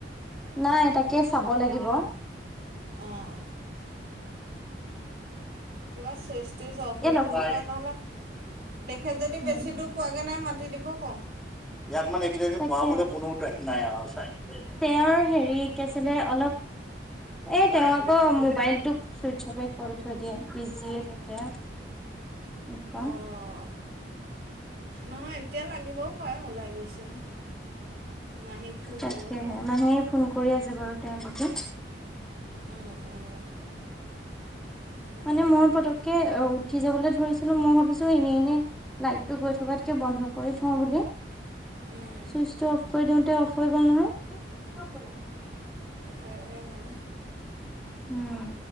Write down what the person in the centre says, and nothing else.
নাই তাকে চাব লাগিব। অ।
এ লক্ষী
উম
উম
তাকে, <unintelligible> হেৰি কি আছিলে এ, তেওঁ আকৌ মোবাইলটো চুইচ অফে কৰি থৈ দিয়ে বিজিয়ে থাকে। অনোকা।
তাকেহে,
মানুহে ফোন কৰি আছে বাৰু তেওঁলোকে।
মানে মোৰ পতককে ও। উঠি যাবলৈ ধৰিছিলো মই ভাবিছো এনেই এনেই লাইটটো গৈ থকাতকে, বন্ধ কৰি থওঁ বুলি।
চুইচটো অফ কৰি দিওঁতে, অফ হৈ গ'ল নহয়।
উম।